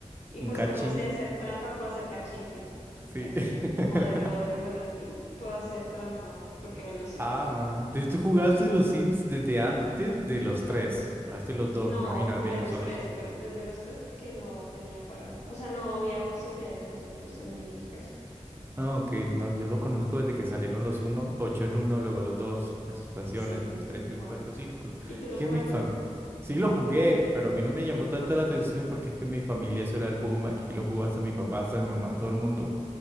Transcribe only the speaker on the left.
Y
pues
como sé hacer trampa, puedo hacer cachín, sí.
Cachín,
modelo de, bueno, en fin, puedo hacer trampa porque me lo sé.
No,
jugué
los
tres,
jugué desde los tres porque no tenía para, o sea, no había posibilidades de los otros en mi caso.
Sí,
guau.
¿Y tú lo
jugaste?